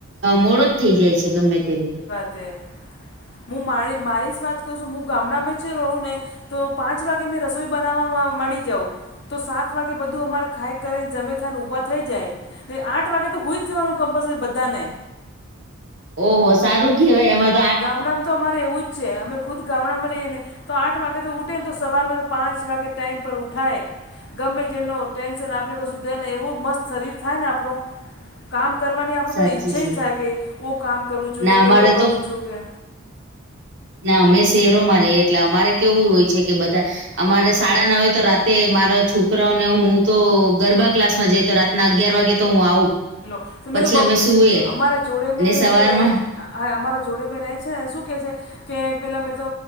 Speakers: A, on the right (about 55°); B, on the left (about 50°).
A: મોડો થઈ જાય છે ગમે તે રીતે.
B: હમ મું માડી મારી ઝ વાત કરું છું, મું ગામડામાં જે રહું ને તો પાંચ વાગે મેં રસોઈ બનાવવા મડી જઉં. તો સાત વાગે બધું અમારે ખાઈ કરીને, જમીથઇને ઊભા થઈ જાય. ને આઠ વાગે તો હુઈ જ જવાનું કમ્પલસરી બધાને!
A: ઓહો સારું કેવાય એમારે
B: ગામડામ તો અમારે એવું જ છે, અમે ખુદ ગામડાંમાં રઈયે ને તો આઠ વાગે તો ઉઠે ને, તો સવાર તો પાંચ વાગે ટાઈમ પર ઉઠાય. ગમે તેનો ટેનસન આપણે કશું દે ને, એવુ મસ્ત શરીર થાય ને આપણું! કામ કરવાની આપણે
A: સાચી
B: બધા ઈચ્છા
A: છે
B: એજ થાય કે હું કામ કરું છું
A: ના
B: કે
A: અમારે
B: પેલો
A: તો
B: કરું છું કે
A: ના, અમે સેહેરોમાં રહીએ, એટલે અમારે કેવું હોય છે કે બધા અમારે સાડા નવે તો રાતે મારા છોકરાઓને હું તો, ગરબા ક્લાસમાં જઈ તો રાત ન અગિયાર વાગે તો હું આવું,
B: લો મે
A: પછી
B: તો બમ,
A: અમે સુએ
B: અમારા જોડે મે
A: ને સવારમાં
B: રેય હા, અમારા જોડે મે રહે છે એ સુ કહે છે? કે પેલા મેમ તો